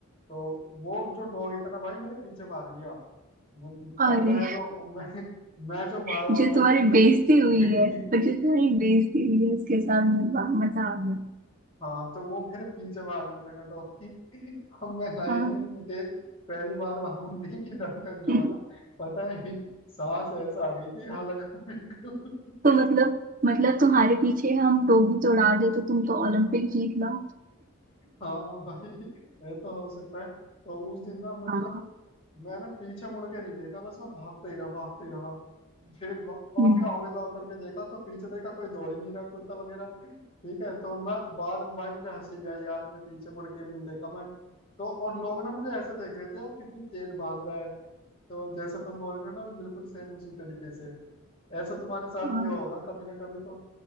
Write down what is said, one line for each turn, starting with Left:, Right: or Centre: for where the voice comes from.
Left: तो वो जो डॉग इतना भाई मेरे पीछे भाग लिया मु- मु- और
Right: अरे
Left: मैं जो मैं मैं जो
Right: <laughs>
Left: भागा
Right: जो
Left: हूं ना
Right: तुम्हारी
Left: इतनी
Right: बेइज्जती
Left: तेज
Right: हुई है और जो तुम्हारी बेइज्जती हुई है उसके सामने वाह मजा आ गया
Left: हाँ तो वो मेरे पीछे भागने लगा डॉगी अब मैं लाइफ
Right: हाँ
Left: में इतनी तेज पहली बार भागू दिल की धड़कन जो
Right: <laughs>
Left: है ना पता है सांस ऐसा आ गई थी हालांकि बिल्कुल
Right: तो मतलब मतलब तुम्हारे पीछे हम लोग भी दौड़ा दे तो तुम तो ओलंपिक जीत लो
Left: हाँ भाई ऐसा हो सकता है तो उस दिन ना मतलब
Right: हाँ
Left: मैंने पीछे मुड़ के नहीं देखा बस मैं भागते ही रहा भागते ही रहा फिर ग- काफी
Right: हम्म
Left: आगे जा करके देखा तो पीछे देखा कोई दौड़ ही नहीं रहा कुत्ता वगैरह ठीक है तो मैं बाद में भाई मुझे हंसी भी आई यार मुझे पीछे मुड़ के भी नहीं देखा मैं तो और लोग ना मुझे ऐसे देख रहे थे यार कितनी तेज भाग रहा है तो जैसे तुम बोल रहे हो ना भी बिल्कुल सेम उसी तरीके से ऐसा तुम्हारे साथ
Right: हाँ,
Left: भी होगा कभी ना कभी तो